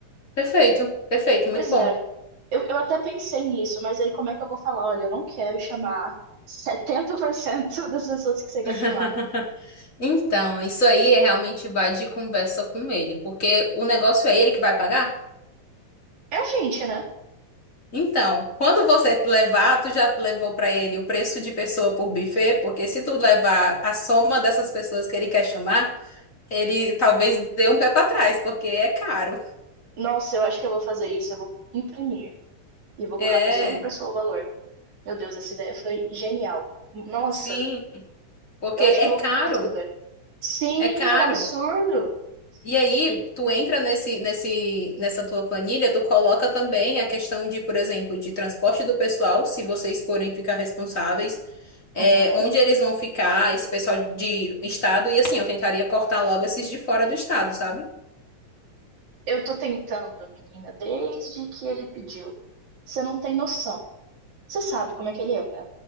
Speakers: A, on the left; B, on the right.
A: Perfeito, perfeito, muito
B: Pois
A: bom.
B: é. Eu, eu até pensei nisso, mas aí como é que eu vou falar? Olha, eu não quero chamar 70% <laughs> das pessoas que você quer
A: <laughs>
B: chamar.
A: Então, isso aí é realmente vai de conversa com ele, porque o negócio é ele que vai pagar.
B: É a gente, né?
A: Então, quando você levar, tu já levou pra ele o preço de pessoa por buffet, porque se tu levar a soma dessas pessoas que ele quer chamar, ele talvez dê um pé pra trás, porque é caro.
B: Nossa, eu acho que eu vou fazer isso, eu vou imprimir. e vou
A: É,
B: colocar pessoa por pessoa o valor. Meu Deus, essa ideia foi genial. Nossa,
A: sim, porque
B: eu acho
A: é
B: que eu vou
A: caro,
B: fazer. Sim,
A: é caro.
B: é um absurdo.
A: E aí,
B: E-
A: tu entra nesse, nesse, nessa tua planilha, tu coloca também a questão de, por exemplo, de transporte do pessoal, se vocês forem ficar responsáveis, é,
B: Uhum.
A: onde eles vão ficar, esse pessoal de estado, e assim, eu tentaria cortar logo esses de fora do estado, sabe?
B: Eu tô tentando, menina, desde que ele pediu. Você não tem noção. Você sabe como é que ele é, né?